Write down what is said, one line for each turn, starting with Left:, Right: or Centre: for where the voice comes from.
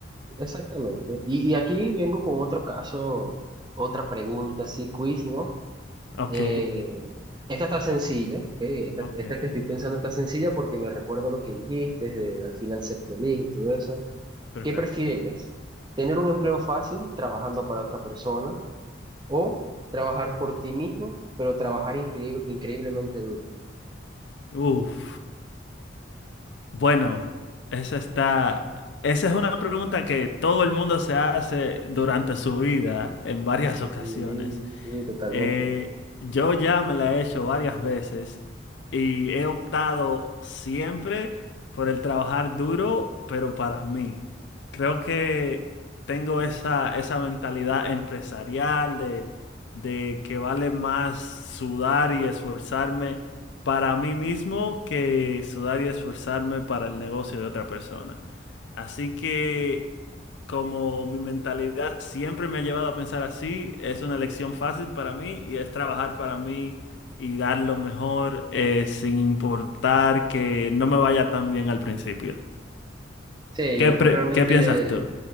Right: Exactamente. Y, y aquí vengo con otro caso, otra pregunta, sí, quiz, ¿no?
Left: Ok,
Right: Eh, esta está sencilla, ¿ok? Esta,
Left: ok,
Right: esta que estoy pensando está sencilla porque me recuerdo lo que dijiste, de al final ser feliz y todo eso.
Left: perfecto.
Right: ¿Qué prefieres? ¿Tener un empleo fácil trabajando para otra persona o trabajar por ti mismo, pero trabajar increíb- increíblemente duro?
Left: Uf. Bueno, esa está, esa es una pregunta que todo el mundo se hace durante su vida en varias ocasiones.
Right: Sí, sí, totalmente.
Left: Eh, yo ya me la he hecho varias veces y he optado siempre por el trabajar duro, pero para mí. Creo que tengo esa, esa mentalidad empresarial de, de que vale más sudar y esforzarme para mí mismo que sudar y esforzarme para el negocio de otra persona. Así que como mi mentalidad siempre me ha llevado a pensar así, es una lección fácil para mí y es trabajar para mí y dar lo mejor eh, sin importar que no me vaya tan bien al principio.
Right: Sí,
Left: ¿Qué,
Right: yo
Left: pre-
Right: realmente,
Left: qué piensas tú?